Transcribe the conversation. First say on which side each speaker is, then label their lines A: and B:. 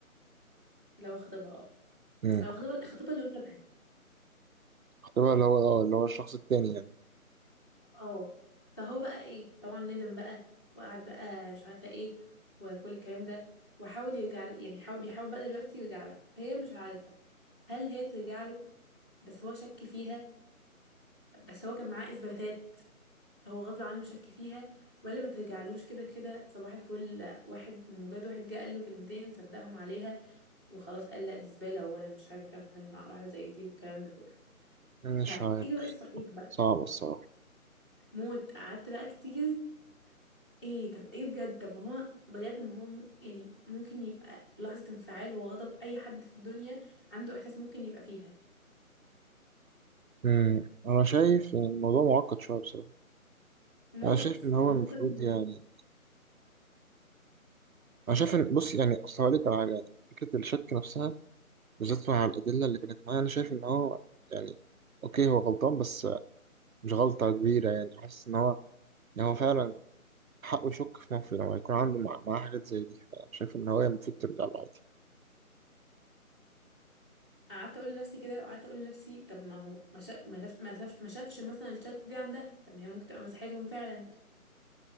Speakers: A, on the left; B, on the right.
A: لو خطيبها اه
B: امم
A: لو خطيبها خطيبها اللي هو شبهها
B: احتمال اللي هو اه اللي هو الشخص التاني يعني
A: اه فهو بقى ايه طبعا ندم بقى وقعد بقى مش عارفه ايه وكل الكلام ده وحاول يرجع ل- يعني حاول بيحاول بقى دلوقتي يرجع لها فهي مش عارفه هل هي ترجع له بس هو شك فيها بس هو كان معاه اثباتات فهو غصب عنه شك فيها ولا ما ترجعلوش كده كده صباح الفل لا، واحد من مجرد واحد جه قال له كلمتين صدقهم عليها وخلاص قال لا دي زباله وانا مش عايزه اكمل مع واحده زي دي والكلام ده كله
B: مش
A: فايه
B: عارف
A: رأي الصحيح بقى
B: صعب الصراحة
A: موت قعدت بقى كتير ايه طب ايه بجد طب ما هو بجد ما هو م- يعني ممكن يبقى في لحظة انفعال وغضب اي حد في الدنيا عنده احساس ممكن يبقى فيها
B: امم انا شايف ان الموضوع معقد شوية بصراحة
A: موت
B: انا شايف ان هو
A: الموضوع
B: المفروض
A: ممتع جدا
B: يعني انا شايف ان بص يعني اصل هقول لك على حاجة يعني فكرة الشك نفسها بالذات مع الأدلة اللي كانت معايا انا شايف ان هو يعني اوكي هو غلطان بس مش غلطة كبيرة يعني حاسس ان هو ان هو فعلا حقه يشك في نفسه لما يكون عنده مع- معاه حاجات زي دي فشايف ان هو المفروض ترجع له عادي
A: قعدت اقول لنفسي كده وقعدت اقول لنفسي طب ما هو ما شا... ما شاف... ما شاف... ما شافش مثلا الشات دي عندها طب ما هي ممكن تبقى مساحتهم فعلا